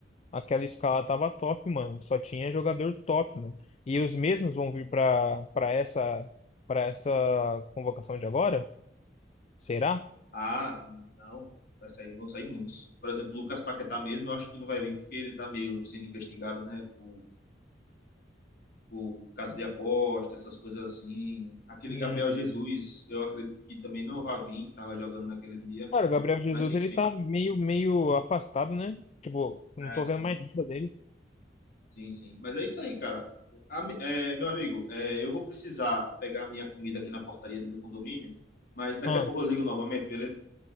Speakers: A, on the left (about 35°); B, on the left (about 55°).
A: aquela escala tava top, mano. Só tinha jogador top, mano. E os mesmos vão vir pra, pra essa, pra essa convocação de agora? Será?
B: Ah, não. Vai sair, vão sair muitos. Por exemplo, Lucas Paquetá mesmo, eu acho que não vai vir porque ele tá meio sendo investigado, né? Por, por casa de aposta, essas coisas assim. Aquele
A: Hum.
B: Gabriel Jesus, eu acredito que também não vai vir, que tava jogando naquele dia.
A: Cara, o Gabriel Jesus,
B: Mas enfim.
A: ele tá meio, meio afastado, né? Tipo, não
B: É,
A: tô
B: sim.
A: vendo mais nada dele.
B: Sim, sim. Mas é isso aí, cara. Ami- é, meu amigo, é, eu vou precisar pegar a minha comida aqui na portaria do meu condomínio, mas daqui
A: Ah,
B: a pouco eu ligo novamente, beleza?